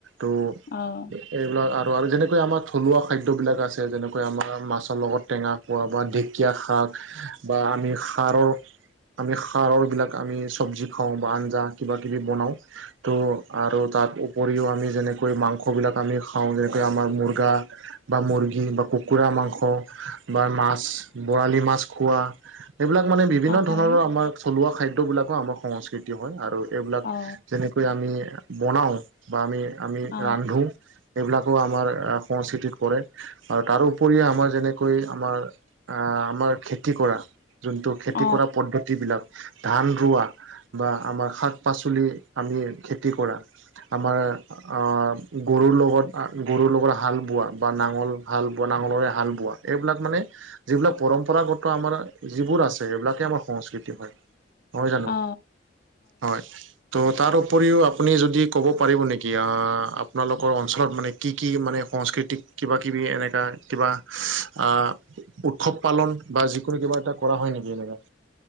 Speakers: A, on the right; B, on the left.
A: ত'-
B: অঁ
A: এইবিলাক আৰু আৰু যেনেকৈ আমাৰ থলুৱা খাদ্যবিলাক আছে, যেনেকৈ আমাৰ মাছৰ লগত টেঙা খোৱা বা ঢে কীয়া শাক বা আমি সাৰৰ আমি খাৰৰ বিলাক আমি চব্জি খাওঁ, বা আঞ্জা কিবাকিবি বনাওঁ। ত' আৰু তাৰ উপৰিও আমি যেনেকৈ মাংসবিলাক আমি খাও, যেনেকৈ আমাৰ মুৰ্গা বা মৰ্গী বা কুকুৰা মাংস বা মাছ বৰালি মাছ খোৱা, এইবিলাক মানে বিভিন্ন
B: হয়
A: ধৰণৰ আমাৰ থলোৱা খাদ্যবিলাকো আমাৰ সংস্কৃতি হয়, আৰু এইবিলাক
B: অ
A: যেনে কৈ আমি বনাওঁ বা আমি, আমি
B: অ
A: ৰান্ধো। এইবিলাকো আমাৰ সংস্কিতিত পৰে। আৰু তাৰোপৰি আমাৰ যেনেকৈ আমাৰ আঁহ আমাৰ খেতি কৰা যোনটো খেতি
B: অ
A: কৰা পদ্ধতিবিলাক, ধান ৰোৱা বা আমাৰ শাক পাচলি আমি খেতি কৰা। আমাৰ আঁ গৰুৰ লগত অঁ গৰুৰ লগত হাল বোৱা বা নাঙল হাল বোৱা নাঙলৰে হাল বোৱা, এইবিলাক মানে যিবিলাক পৰম্পৰাগত আমাৰ যিবোৰ আছে, এইবিলাকে আমাৰ সংস্কৃতি হয়। হয় জানো,
B: অ
A: হয়। ত' তাৰ উপৰিও আপুনি যদি ক'ব পাৰিব নেকি আঁ আপোনালোকৰ অঞ্চলত মানে কি কি মানে সংস্কৃতিক কিবাকিবি এনেকুৱা কিবা আঁ উৎসৱ পালন বা যিকোনো কিবা এটা কৰা হয় নেকি এনেকে?